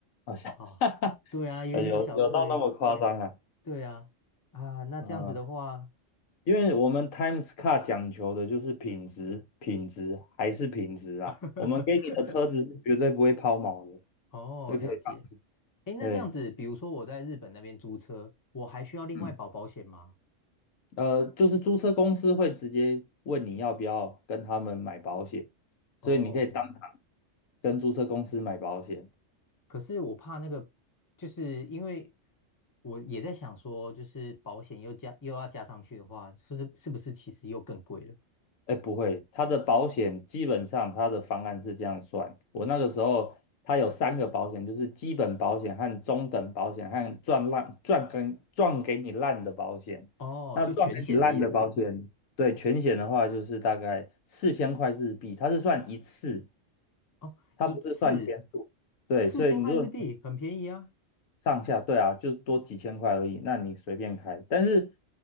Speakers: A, on the left; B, on the left.
A: 好像
B: 啊。
A: <laughs> 哈哈，
B: 对啊，有一点小贵。
A: 有有到那么夸张啊？
B: 对啊，啊，那这样子的话，
A: 嗯，因为我们 Times Car 讲求的就是品质，品质还是品质啊。
B: <laughs>
A: 我们给你的车子是绝对不会抛锚的，
B: 哦，
A: 这可以放。
B: 了解。诶，那这样子，
A: 对，
B: 比如说我在日本那边租车，我还需要另外保保险吗？
A: 嗯，呃，就是租车公司会直接问你要不要跟他们买保险，
B: 哦，
A: 所以你可以当场跟租车公司买保险。
B: 可是我怕那个，就是因为我也在想说，就是保险又加又要加上去的话，就是是不是其实又更贵了？
A: 哎，不会，它的保险基本上它的方案是这样算。我那个时候，它有三个保险，就是基本保险和中等保险和赚烂赚跟赚给你烂的保险。
B: 哦，
A: 那赚给你烂的保险，
B: 就全险的意思
A: 对全险的话，就是大概四千块日币，它是算一次，
B: 哦，
A: 它不是算天数。
B: 一次
A: 对，
B: 四千块日币，
A: 所以你如果
B: 很便宜啊。
A: 上下，对啊，就多几千块而已，那你随便开。但是，